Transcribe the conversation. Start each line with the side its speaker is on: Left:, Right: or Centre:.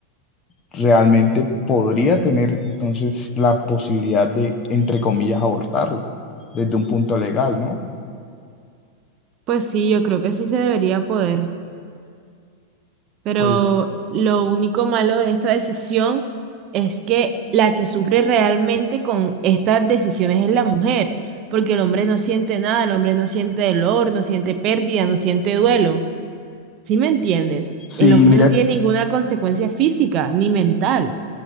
Left: realmente podría tener entonces la posibilidad de, entre comillas, abortarlo desde un punto legal, ¿no?
Right: Pues sí, yo creo que sí se debería poder. Pero
Left: Pues
Right: lo único malo de esta decisión es que la que sufre realmente con estas decisiones es la mujer, porque el hombre no siente nada, el hombre no siente dolor, no siente pérdida, no siente duelo. ¿Sí me entiendes?
Left: sí,
Right: El hombre
Left: mira,
Right: no tiene ninguna consecuencia física ni mental.